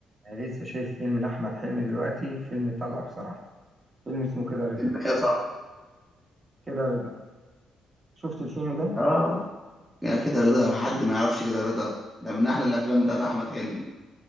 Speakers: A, on the right; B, in the centre.
A: أنا لسه شايف فيلم لأحمد حلمي دلوقتي فيلم طلقة بصراحة فيلم اسمه كده رضا
B: فيلم يا صاحبي
A: كده رضا شفت الفيلم ده
B: اه يا كده رضا حد ما يعرفش كده رضا ده من احلى الافلام بتاعت احمد حلمي